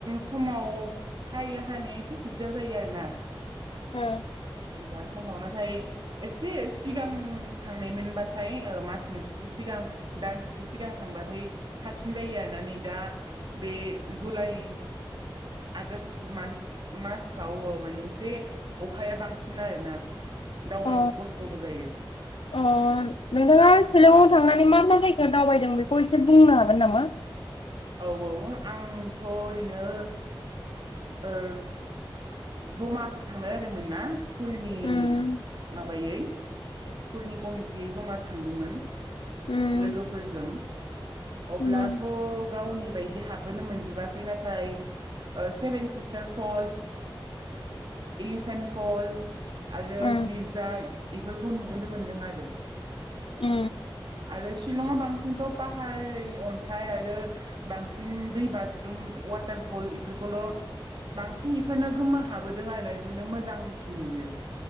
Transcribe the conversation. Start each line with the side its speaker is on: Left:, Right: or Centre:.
Right: समाव हायो हानाया एसे दिगदार जायो आरोना
Left: ओ
Right: दा समाव नाथाय एसे सिगां थांनायमोनबाथाय मास मोनसेसो सिगां सिगां दानसेसो सिगां थांबाथाय साबसिन जायो आरोना नै दा बे जुलाइ आगष्ट मान्थ मासाव माने एसे अखाया बांसिन आरोना दावबायनो
Left: अ
Right: खस्थ'बो जायो
Left: अ नोंथाङा सिलंआव थांनानै मा मा जायगा दावबायदों बेखौ एसे बुंनो हागोन नामा
Right: औ औ आंथ' ओरैनो ओ जमासो थांनो जादोंमोन ना स्कुलनि
Left: उम
Right: माबायै स्कुलनि कमिटियै जमासो थांदोंमोन
Left: उम
Right: लोगोफोरजों अब्लाथ'
Left: उम
Right: गावनि बायदि हाबबोनो मोनजोबासै नाथाय seven sister fall elephant fall आरो
Left: उम
Right: गिर्जा बेफोरखौ नुबोनो मोन्दों आरो
Left: उ
Right: आरो शिलंआव बांसिनथ' पाहार अन्थाइ आरो बांसिन दै बाज्रुम वाटार फल बेफोरखौल' बांसिन इफोरनो गोमा हाबोदों आरनायफोरनो मोजांसिन नुयो